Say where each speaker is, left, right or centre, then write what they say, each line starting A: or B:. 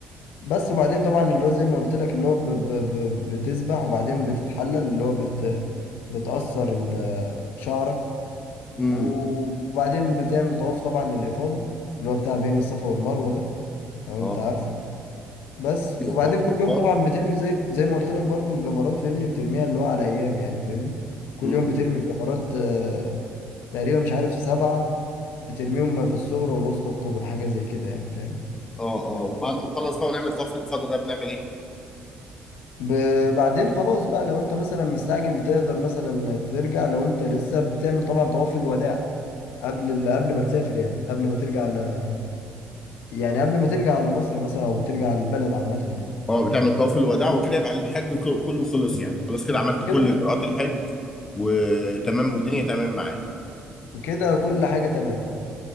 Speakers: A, on the left; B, on the left.
A: بس وبعدين طبعا اللي هو زي ما قلت لك اللي هو ب... ب... ب... بتسبح وبعدين بتتحلل اللي هو بت... بتأثر ال- شعرك
B: امم
A: و- وبعدين بتعمل طواف طبعا للإفاضة اللي هو بتاع بين الصفا والمروة ده لو انت
B: اه
A: عارفه بس وبعدين
B: طواف
A: كل
B: الافاضه
A: يوم طبعا بترمي زي زي ما قلت لك برضو الجمرات فاهمني بترميها اللي هو على ايام يعني فاهمني كل
B: امم
A: يوم بترمي الجمرات آه، تقريبا مش عارف سبعة بترميهم في الصغرى والوسطى والكبرى حاجة زي كده يعني فاهم
B: اه اه وبعد ما نخلص بقى ونعمل طواف الافاضه ده بنعمل ايه؟
A: ب- بعدين خلاص بقى لو انت مثلا مستعجل تقدر مثلا ترجع لو انت لسه بتعمل طبعا طواف الوداع قبل ال- قبل ما تسافر يعني قبل ما ترجع على يعني قبل ما ترجع على مصر مثلا او ترجع على البلد عامة يعني
B: اه
A: اللي
B: بتعمل
A: انت فيه
B: طواف الوداع وكده يبقى الحج ك- كله خلص يعني خلاص كده عملت كل
A: كده
B: اجراءات الحج وتمام والدنيا تمام معاك
A: كده كل حاجة تمام